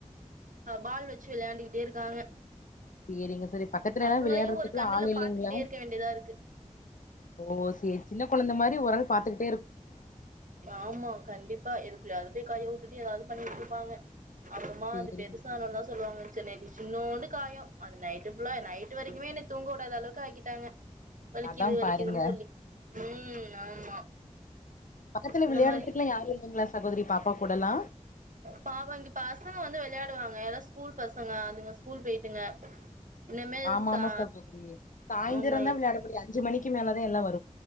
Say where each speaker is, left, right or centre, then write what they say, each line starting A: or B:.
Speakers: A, on the right; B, on the left.
A: பால் வச்சு விளையாண்டுக்கிட்டே இருக்காங்க
B: சரிங்க சரி பக்கத்துலல்லாம்
A: அவங்களையு
B: விளையாடுறதுக்குலாம்
A: ஒரு கண்ணுல
B: ஆள் இல்லைங்களா
A: பாத்துக்கிட்டே இருக்க வேண்டியதா இருக்கு
B: ஓ சரி சின்ன குழந்தை மாதிரி ஒரால் பார்த்துக்கிட்டு
A: ஆமா கண்டிப்பா எதுக்குள்ளைய அது போய் கையவுட் ல்ல ஏதாவது பண்ணிட்டு இருப்பாங்க அப்புறமா
B: சேரி
A: அது பெதுசா ஆனனு தான் சொல்லுவாங்க ந்த நைட் சின்னோண்டு காயு அது நைட்டு ஃபுல்லா நைட் வரைக்குமே என்ன தூங்கூடாத அளவுக்கு ஆகிட்டாங்க வலிக்குது
B: அதா
A: வலிக்குதுன்னு
B: பாருங்க
A: சொல்லி உம் ஆமா
B: பக்கத்துல
A: இந்த
B: விளையாடுறதுக்குல்லா
A: மாரி இருக்குறப்ப
B: யாரு இல்லைங்களா சகோதரி பாப்பா கூடலா
A: பாவோ இங்க பசங்க வந்து விளையாடுவாங்க எலா ஸ்கூல் பசங்க அதுங்க ஸ்கூல் போய்ட்டுங்க இனிமேல்
B: ஆமா
A: ச
B: ஆமா சகோதரி சாய்ந்தரந்தா
A: ஆமா
B: விளையாட முடியு அஞ்சு மணிக்கு மேல தா எல்லா வரு